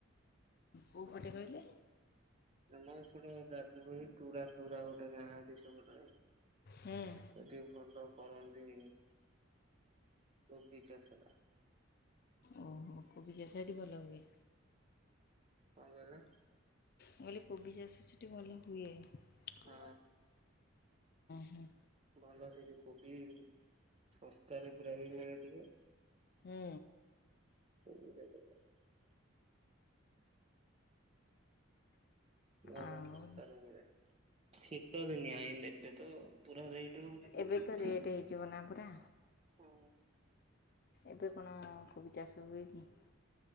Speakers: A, on the left; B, on the right.
A: କୋଉ ପଟେ କହିଲେ?
B: ଆମ ଏପଟେ ଯାଯୁ ପୁରେ ଟୁଡୀରା ଟୁରା ଗୋଟେ ଗାଁ ଅଛି ସେପଟରେ।
A: ହୁଁ
B: ଏଟି ଭଲ କରନ୍ତି <inaudible> କୋବି ଚାଷ ଟା।
A: ଓହୋ କବିଆ ଚାଷ ଏଠି ଭଲ ହୁଏ।
B: କଁ କହିଲ?
A: ମୁକହିଲି କୋବି ଚାଷ ସେଠି ଭଲ ହୁଏ। <inaudible>
B: ହଁ
A: ଉଁ ହୁଁ।
B: ଭଲ ସେଠି କୋବି ଶସ୍ତାରେ ପୁରା ବି ମିଳି ଯିବ।
A: ହୁଁ।
B: <unintelligible> ଭଲ
A: ଆଉ
B: ଶସ୍ତା ରେ ମିଳେ। ଠିକ। ତୋଦୁ ନିଆଁ ଆଇନ ରାଜ୍ୟ ତ ପୁରୁରା ରେଟ ରହୁଛି।
A: ଏବେ ତ ରେଟ୍ ହେଇଯିବ ନା।
B: ହଁ।
A: ଏବେ କଣ କୋବି ଚାଷ ହୁଏ କି? <inaudible>